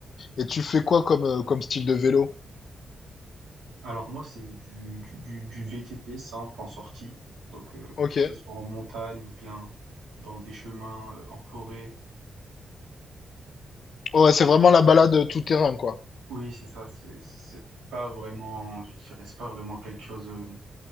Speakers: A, on the left (about 65°); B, on the right (about 85°).
A: Et tu fais quoi comme, euh, comme style de vélo?
B: Alors moi, c'est du, du, du- du VTT simple en sortie, donc euh,
A: Ok.
B: que ce soit en montagne ou bien dans des chemins euh, en forêt.
A: Ouais, c'est vraiment la balade tout terrain, quoi.
B: Oui, c'est ça, c'est c'est pas vraiment, je dirais, c'est pas vraiment quelque chose, euh,